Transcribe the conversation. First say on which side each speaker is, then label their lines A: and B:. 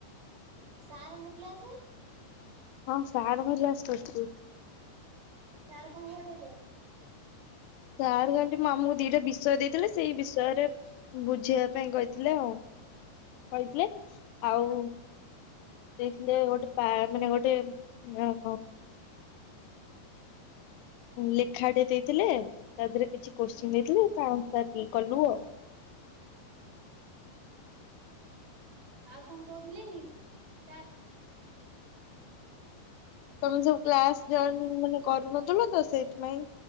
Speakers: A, on the right; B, on the left.
A: ସାରଙ୍କ କ୍ଳାସେ?
B: ହଁ ସାରଙ୍କ କ୍ଳାସ୍ କରିଚି।
A: ସାର୍ କଣ ପଢେଇଲେ?
B: ସାର୍ ଖାଲି ଆମକୁ ଦିଇଟା ବିଷୟ ଦେଇଥିଲେ ସେଇ ବିଷୟରେ ବୁଝେଇବା ପାଇଁ କହିଥିଲେ ଆଉ କହିଥିଲେ ଆଉ ଦେଇଥିଲେ ଗୋଟେ ପା ମାନେ ଗୋଟେ <unintelligible> ଲେଖାଟେ ଦେଇଥିଲେ ତା ଦେହରେ କିଛି କୋଶ୍ଚିନ
A: ହୁଁ
B: ଦେଇଥିଲେ ତା ଆନ୍ସର <unintelligible> କଲୁ ଆଉ।
A: ଆଉ କଣ କୋହୁଥିଲେ କି ସାର୍?
B: ତମେ ସବୁ କ୍ଲାସ୍ ଜଏନିଙ୍ଗ୍ ମାନେ କରୁନଥିଲ ତ ସେଇଥିପାଇଁ